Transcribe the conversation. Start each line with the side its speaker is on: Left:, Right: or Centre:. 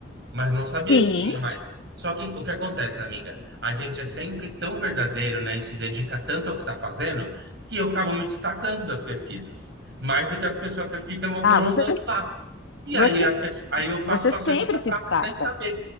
Right: Mas não sabia
Left: Sim.
Right: que tinha mais. Só que o que acontece, amiga? A gente é sempre tão verdadeiro, né? E se dedica tanto ao que tá fazendo, que eu acabo me destacando das pesquisas. Mais do que as pessoas que ficam mocorongando.
Left: Ah, você,
Right: E
Left: você,
Right: aí, a pessoa- aí eu passo
Left: você
Right: para a segunda
Left: sempre se
Right: fase
Left: destaca.
Right: sem saber.